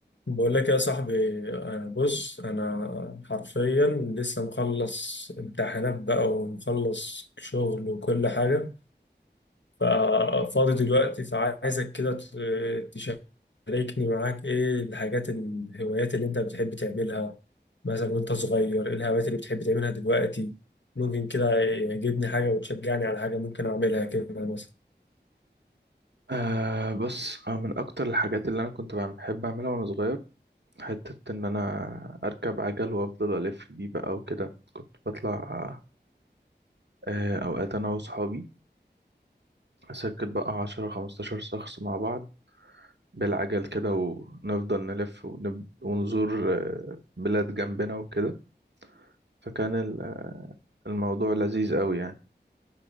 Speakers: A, on the left; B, on the right.
A: بقول لك يا صاحبي أنا بص أنا حرفيا لسه مخلص امتحانات بقى ومخلص شغل وكل حاجة ففاضي دلوقتي فعايزك كده ت- تشاركني معاك إيه الحاجات الهوايات اللي أنت بتحب تعملها مثلا وأنت صغير إيه الهوايات اللي بتحب تعملها دلوقتي ممكن كده يعجبني حاجة وتشجعني على حاجة ممكن أعملها كده مثلا
B: أه بص آه، من أكتر الحاجات اللي أنا كنت بعم- بحب أعملها وأنا صغير حتة إن أنا أركب عجل وأفضل ألف بيه بقى وكده كنت بطلع أه أوقات أنا وصحابي سكت بقى عشرة خمستاشر شخص مع بعض بالعجل كده ونفضل نلف ونب... ونزور آه، بلاد جنبنا وكده فكان ال- الموضوع لذيذ أوي يعني